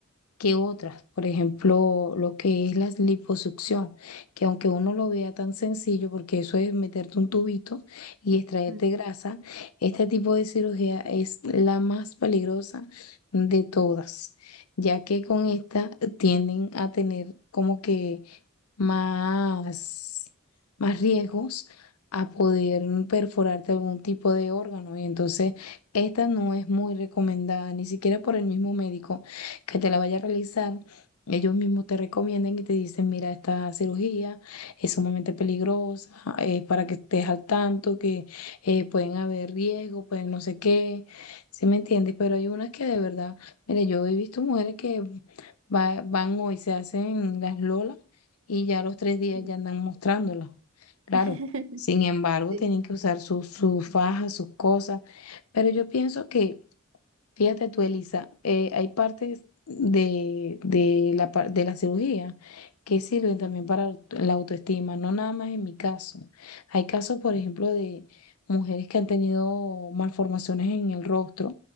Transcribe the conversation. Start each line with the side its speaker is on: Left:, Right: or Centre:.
Left: que otras, por ejemplo, lo que es la liposucción, que aunque uno lo vea tan sencillo, porque eso es meterte un tubito y extraerte
Right: Mm,
Left: grasa, este tipo de cirugía es la más peligrosa de todas, ya que con esta tienden a tener como que más, más riesgos a poder perforarte algún tipo de órgano. Y entonces esta no es muy recomendada, ni siquiera por el mismo médico que te la vaya a realizar. Ellos mismos te recomiendan y te dicen, mira, esta cirugía es sumamente peligrosa, eh, para que estés al tanto, que eh, pueden haber riesgos, pueden no sé qué, ¿sí me entiendes? Pero hay unas que de verdad, mire, yo he visto mujeres que va- van hoy, se hacen las lolas y ya a los tres días
Right: sí.
Left: ya andan mostrándola. Claro,
Right: <laughs>
Left: sin embargo,
Right: Sí.
Left: tienen que usar sus sus fajas, sus cosas, pero yo pienso que Fíjate tú, Elisa, eh, hay partes de, de la, par- de la cirugía que sirven también para aut- la autoestima, no nada más en mi caso. Hay casos, por ejemplo, de mujeres que han tenido malformaciones en el rostro